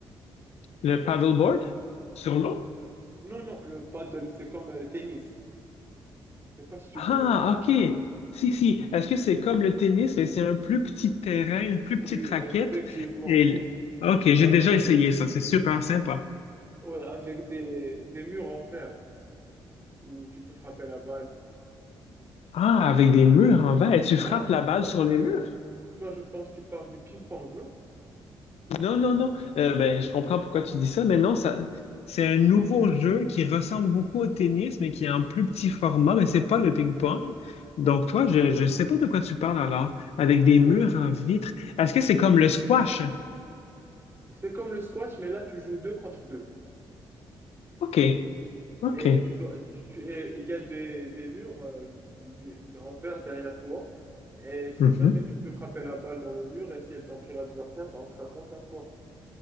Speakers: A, on the right; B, on the left.
A: Je
B: Le
A: sais pas
B: paddleboard
A: si tu connais.
B: sur l'eau?
A: Euh, non, non, le paddle, c'est comme euh, le tennis. Je sais pas si tu
B: Ah,
A: connais ou pas.
B: OK. Si, si. Est-ce que c'est comme le tennis, mais c'est un plus petit terrain, une plus
A: Oui,
B: petite raquette?
A: effectivement,
B: Et... l-
A: oui.
B: OK, j'ai
A: Avec,
B: déjà essayé
A: euh,
B: ça. C'est super sympa.
A: Ouais, avec des, des murs en fer où tu peux frapper la balle.
B: Ah, avec des murs en verre. Et tu
A: Ah,
B: frappes la balle
A: toi,
B: sur les murs?
A: toi, toi, je pense que tu parles du ping-pong, non?
B: Non, non, non. Euh, ben, je comprends pourquoi tu dis ça, mais non, ça, c'est un nouveau jeu qui ressemble beaucoup au tennis, mais qui est en plus petit format, mais c'est pas le ping-pong. Donc, toi, je ne sais pas de quoi tu parles alors, avec des murs
A: Ouais,
B: en vitre. Est-ce que c'est comme le squash?
A: c'est comme le squash, mais là, tu joues deux contre deux.
B: OK. OK.
A: Et tu dois, tu, tu- et il y a des, des murs euh, du- en verre derrière toi. Et si
B: Mhm.
A: jamais tu peux frapper la balle dans le mur et si elle tombe chez l'adversaire, donc ça compte un point.